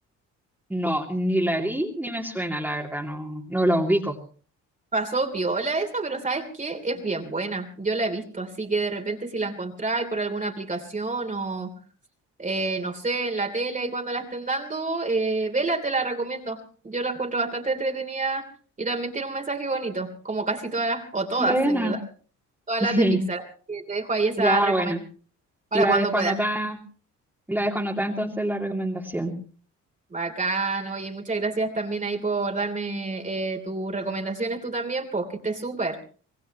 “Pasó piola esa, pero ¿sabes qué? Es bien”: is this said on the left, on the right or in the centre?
Right